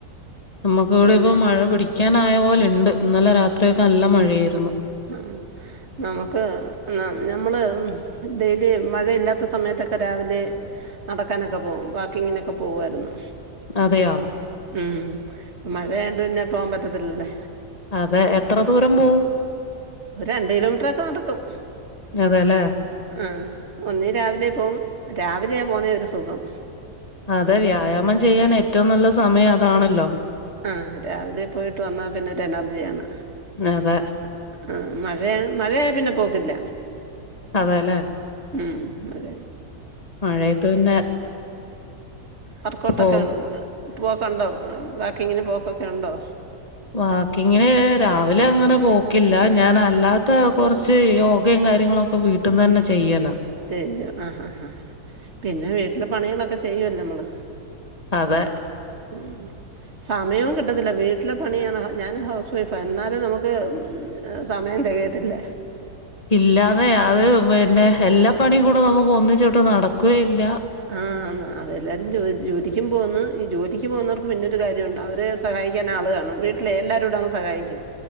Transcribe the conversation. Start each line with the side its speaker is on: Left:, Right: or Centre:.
Left: നമ്മുക്ക് ഇവിടെ
Right: പിന്നെ
Left: ഇപ്പം മഴ പിടിക് പിടിക്കാനായ പോലെ ണ്ട് ഇന്നലെ രാത്രിയൊക്കെ നല്ല മഴയായിരുന്നു
Right: ഉം നമുക്ക് നം നമ്മള് തേ ഇതേ മഴയില്ലാത്ത സമയത്തൊക്കെ രാവിലെ നടക്കാനൊക്കെ പോവും വാക്കിങ്ങിനൊക്കെ പോവായിരുന്നു
Left: അതെയോ
Right: ഉം മഴയായോണ്ട് പിന്നെ പോവാൻ പറ്റത്തില്ലല്ലേ
Left: അതെ എത്ര ദൂരം പോവും?
Right: ഒരു രണ്ട് കിലോമീറ്ററൊക്കെ നടക്കും
Left: അതെല്ലേ
Right: ആഹ് ഒന്നീൽ രാവിലെ പോവും രാവിലെയ പോവുന്നേ ഒരു സുഖം
Left: അതെ വ്യായാമം ചെയ്യാൻ ഏറ്റവും നല്ല സമയം അതാണല്ലോ
Right: ആഹ് രാവിലെ പോയിട്ട് വന്നാ പിന്നെ ഒരു എനർജിയാണ്
Left: അതെ
Right: ആഹ് മഴയ മഴയായ പിന്നെ പോക്കില്ല
Left: അതെല്ലേ
Right: ഉം അതെ
Left: മഴയത്ത് പിന്നെ
Right: വർക്കൗട്ടൊക്കെ
Left: പോ
Right: പോക്കൊണ്ടോ വാക്കിങ്ങിന് പോക്കൊക്കെ ഉണ്ടോ?
Left: വാക്കിങ്ങിന് രാവിലെ അങ്ങനെ പോക്കില്ല ഞാൻ അല്ലാത്ത കൊറച്ച് യോഗയും കാര്യങ്ങളൊ ഇപ്പം വീട്ട്ന്നന്നെ ചെയ്യല
Right: ചെയ്യും അഹ് അഹ് അഹ് പിന്നെ വീട്ടിലെ പണികളൊക്കെ ചെയ്യല്ലോ നമ്മള്
Left: അതെ
Right: ഉം സമയവും കിട്ടത്തില്ല വീട്ടിലെ പണിയാണ് ഞാൻ ഹൗസ് വൈഫ. എന്നാലും നമുക്ക് സമയം തെകയത്തില്ല
Left: ഇല്ലാന്നെ അത് പിന്നെ എല്ലാ പണികൂടെ നമുക്ക് ഒന്നിച്ചോട്ട് നടക്യേ ഇല്ല
Right: ആന്ന് അതെ എല്ലാരും ജോലിക്കും പോവുന്നു ഈ ജോലിക്ക് പോകുന്നവർക്ക് പിന്നെരു കാര്യമുണ്ട് അവര് സ് സഹായിക്കാൻ ആള് കാണും. വീട്ടിലെ എല്ലാരൂടെ അങ്ങ് സഹായിക്കും